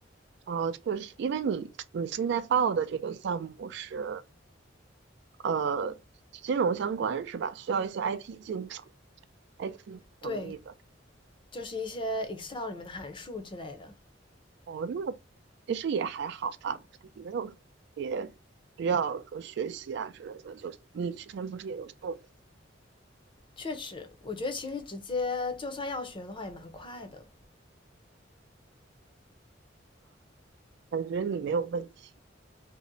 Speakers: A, on the right; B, on the left.
A: 啊，确实，因为你你现在报的这个项目是呃金融相关是吧？需要一些 IT 技能、IT 能力的。
B: 对，就是一些 Excel 里面的函数之类的。
A: 哦，那其实也还好吧，没有说特别需要说学习啊之类的。就你之前不是也有做，
B: 确实，我觉得其实直接就算要学的话也蛮快的。
A: 感觉你没有问题，